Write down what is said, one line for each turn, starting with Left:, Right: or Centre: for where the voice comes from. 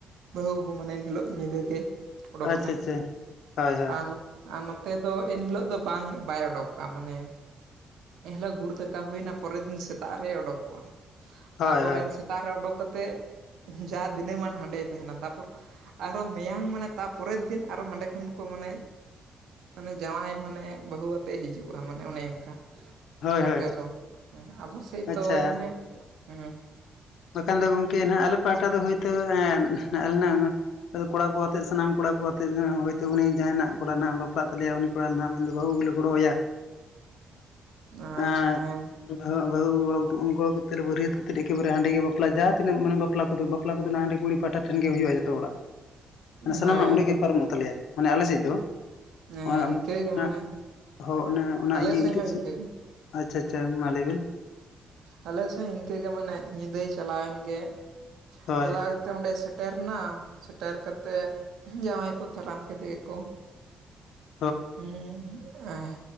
Right: ᱵᱟᱹᱦᱩ ᱟᱜᱩ ᱢᱟᱱᱮ ᱮᱱ ᱦᱤᱞᱳᱜ ᱧᱤᱫᱟᱹ ᱜᱮ, ᱚᱰᱳᱠᱱᱟᱭ
Left: ᱟᱪᱪᱷᱟ ᱟᱪᱪᱷᱟ ᱦᱳᱭ ᱦᱳᱭ
Right: ᱟᱨ ᱟᱨ ᱱᱚᱛᱮ ᱫᱚ ᱤᱱᱦᱤᱞᱳᱜ ᱫᱚ ᱵᱟᱝ ᱵᱟᱭ ᱩᱰᱩᱠᱚᱜᱼᱟ᱾ ᱢᱟᱱᱮ ᱮᱱᱦᱤᱞᱳᱜ ᱜᱩᱲ ᱫᱟᱠᱟ ᱦᱩᱭᱱᱟ ᱯᱚᱨᱮᱨ ᱫᱤᱱ ᱥᱮᱛᱟᱜ ᱨᱮᱭ ᱩᱰᱩᱠᱚᱜᱼᱟ᱾
Left: ᱦᱳᱭ
Right: ᱛᱟᱨᱯᱚᱨᱮ
Left: ᱦᱳᱭ
Right: ᱛᱟᱜ ᱨᱮ ᱚᱰᱩᱠ ᱠᱟᱛᱮᱜ ᱡᱟ ᱫᱤᱱᱟᱹᱢᱟᱱ ᱦᱟᱸᱰᱮ ᱛᱟᱦᱮᱱᱟ ᱛᱟᱨᱯᱚᱨ ᱟᱨᱚ ᱢᱮᱭᱟᱝ ᱢᱟᱱᱮ ᱛᱟᱨᱯᱚᱨᱮᱨ ᱫᱤᱱ ᱟᱨᱚ ᱦᱟᱸᱰᱮ ᱠᱷᱚᱱ ᱠᱚ ᱢᱟᱱᱮ ᱢᱟᱱᱮ ᱡᱟᱶᱟᱭ ᱢᱟᱱᱮ ᱵᱟᱹᱦᱩ ᱟᱛᱮᱜ ᱮ ᱦᱤᱡᱩᱜᱼᱟ ᱢᱟᱱᱮ ᱚᱱᱮ ᱚᱱᱠᱟ ᱾
Left: ᱦᱳᱭ
Right: ᱱᱚᱛᱮ
Left: ᱦᱳᱭ
Right: ᱫᱚ ᱟᱵᱚ ᱥᱮᱡ
Left: ᱟᱪᱪᱷᱟ
Right: ᱫᱚ ᱢᱟᱱᱮ ᱦᱮᱸ
Left: ᱵᱟᱠᱷᱟᱱ ᱫᱚ ᱜᱚᱢᱠᱮ ᱦᱟᱜ ᱟᱞᱮ ᱯᱟᱦᱴᱟ ᱫᱚ ᱦᱳᱭᱛᱳ ᱟᱞᱮ ᱟᱫᱚ ᱠᱚᱲᱟ ᱠᱚ ᱟᱛᱮᱜ ᱥᱟᱱᱟᱢ ᱠᱚᱲᱟ ᱠᱚ ᱟᱛᱮ ᱦᱚᱭᱛᱳ ᱩᱱᱤ ᱡᱟᱦᱟᱭ ᱱᱟᱜ ᱠᱚᱲᱟ ᱦᱟᱜ ᱵᱟᱯᱞᱟᱜ ᱛᱟᱞᱮᱭᱟ ᱩᱱᱤ ᱠᱚᱲᱟ ᱱᱟᱦᱟᱜ ᱢᱮᱱᱫᱚ ᱵᱟᱹᱦᱩ ᱟᱜᱩ ᱞᱮ ᱜᱚᱲᱚᱣᱟᱭᱟ ᱾
Right: ᱟᱪᱪᱷᱟ
Left: ᱮᱸ
Right: ᱦᱮᱸ
Left: ᱵᱟᱹᱦᱩ <inaudible> ᱵᱟᱹᱨᱭᱟᱹᱛ ᱠᱟᱛᱮᱫ ᱮᱠᱮᱵᱟᱨᱮ ᱦᱟᱸᱰᱮ ᱜᱮ ᱵᱟᱯᱞᱟ ᱡᱟᱦᱟᱸ ᱛᱤᱱᱟᱹ ᱢᱟᱱᱮ ᱵᱟᱯᱞᱟ ᱠᱚᱫᱚ ᱵᱟᱯᱞᱟ ᱠᱚᱫᱚ ᱦᱟᱸᱰᱮ ᱠᱩᱲᱤ ᱯᱟᱦᱴᱟ ᱴᱷᱮᱱ ᱜᱮ ᱦᱩᱭᱩᱜᱼᱟ ᱡᱚᱛᱚ ᱦᱚᱲᱟᱜ ᱾ ᱢᱟᱱᱮ ᱥᱟᱱᱟᱢᱟᱜ
Right: ᱦᱳᱭ
Left: ᱚᱸᱰᱮ ᱜᱮ ᱯᱟᱨᱚᱢᱚᱜ ᱛᱟᱞᱮᱭᱟ ᱢᱟᱱᱮ ᱟᱞᱮ ᱥᱮᱫ ᱫᱚ ᱾
Right: ᱦᱮᱸ ᱤᱱᱠᱟᱹᱜᱮ
Left: ᱚᱱᱟ
Right: ᱢᱟᱱᱮ
Left: ᱦᱚᱸ ᱚᱱᱟ ᱚᱱᱟ
Right: ᱟᱞᱮ
Left: ᱤᱭᱟᱹ
Right: ᱥᱮᱫ
Left: ᱤᱛᱩᱫ
Right: ᱦᱚᱸ
Left: ᱥᱤᱸᱫᱩᱨ᱾
Right: ᱤᱱᱠᱟᱹᱜᱮ
Left: ᱟᱪᱪᱷᱟ ᱟᱪᱪᱷᱟ ᱢᱟ ᱞᱟᱹᱭᱵᱤᱱ᱾
Right: ᱟᱞᱮ ᱥᱮᱫ ᱤᱱᱠᱟᱹᱜᱮ ᱢᱟᱱᱮ ᱧᱤᱫᱟᱹᱭ ᱪᱟᱞᱟᱣᱮᱱ ᱜᱮ᱾
Left: ᱦᱳᱭ
Right: ᱪᱟᱞᱟᱣ ᱠᱟᱛᱮ ᱛᱮ ᱚᱸᱰᱮ ᱥᱮᱴᱮᱨ ᱮᱱᱟ ᱥᱮᱴᱮᱨ ᱠᱟᱛᱮᱫ ᱡᱟᱶᱟᱭ ᱠᱚ ᱫᱟᱨᱟᱢ ᱠᱮᱫᱮ ᱜᱮᱠᱚ᱾
Left: <inaudible>
Right: ᱦᱩᱸ ᱦᱩᱸᱜ᱾ ᱮᱸ